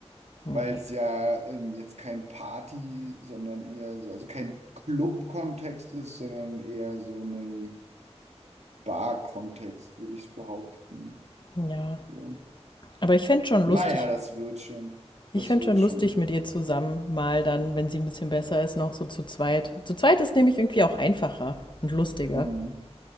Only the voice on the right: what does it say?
weil es ja ähm, jetzt kein Party, sondern eher so, also kein Club-Kontext ist, sondern eher so ein Bar-Kontext, würde ich behaupten.
Oder?
Naja, das wird schon. Das
wird
schon.
Mhm.